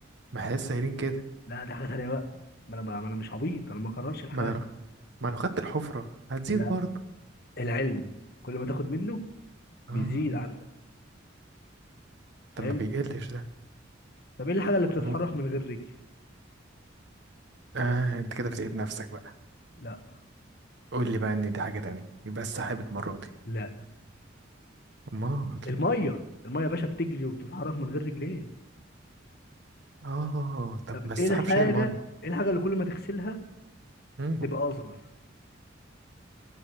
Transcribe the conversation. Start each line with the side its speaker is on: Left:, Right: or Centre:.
Right: ما احس سايرين كده
Left: لا دي حاجه تانيه بقى ما انا ما انا مش عبيط انا ما اقررش الحاجه
Right: ما انا لو- ما انا خدت الحفره هتزيد
Left: لا
Right: برضه
Left: العلم كل ما تاخد منه
Right: اه
Left: بيزيد عندك فاهم
Right: طب ما بيقلش ده
Left: طب ايه الحاجه اللي بتتحرك
Right: أو ممكن
Left: من غير رجل
Right: اه انت كده بتعيد نفسك بقى
Left: لا
Right: قول لي بقى ان دي حاجة تانية يبقى السحاب
Left: اه
Right: المرة دي
Left: لا
Right: امال
Left: الميه الميه يا باشا بتجري وبتتحرك من غير رجلين
Right: اه طب
Left: طب
Right: ما السحاب
Left: ايه الحاجه
Right: شايل مية
Left: ايه الحاجه اللي كل ما تغسلها
Right: مم.
Left: تبقى اصغر